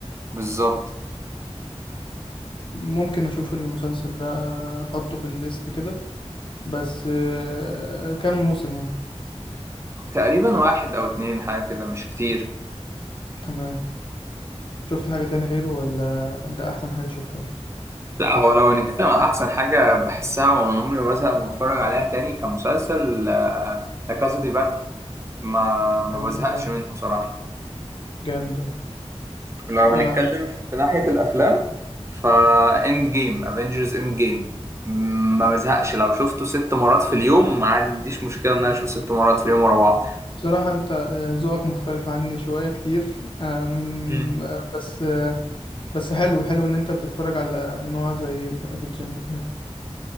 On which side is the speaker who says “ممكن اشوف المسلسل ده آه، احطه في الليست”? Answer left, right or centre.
Left